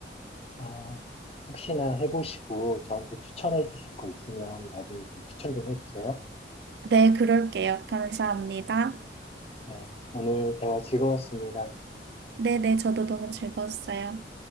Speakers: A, on the left (about 35°); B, on the right (about 65°).
A: 아, 혹시나 해보시고 저한테 추천해 주실 거 있으면 나중에 좀 추천 좀 해주세요.
B: 네, 그럴게요. 감사합니다.
A: 네, 오늘 대화 즐거웠습니다.
B: 네네, 저도 너무 즐거웠어요.